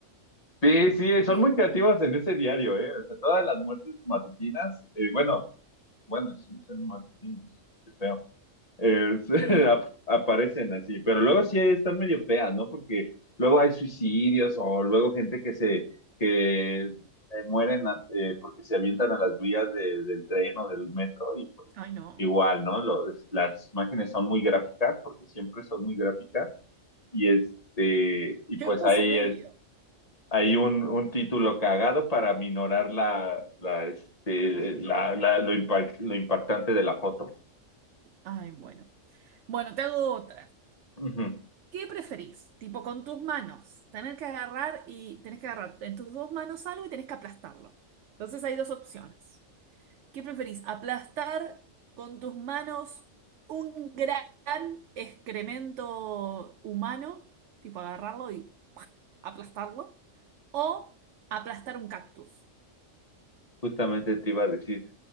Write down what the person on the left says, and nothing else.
Sí, sí, son
muy creativos en ese diario, ¿eh? O sea, todas las muertes matutinas, eh, bueno, bueno, sí, son matutinas, qué feo. es- <laughs>
ap- aparecen así, pero luego sí están medio feas, ¿no? Porque luego hay suicidios o luego gente que se, que eh, mueren a- eh, porque se avientan a las vías de- del tren o del metro y pues
igual, ¿no? Lo- es- las imágenes son muy gráficas porque siempre son muy gráficas y este, y
pues
ahí
el- hay un, un título cagado para minorar la, la, este, la, la- lo impact- lo impactante de la foto.
Ujú,
Justamente te iba a decir.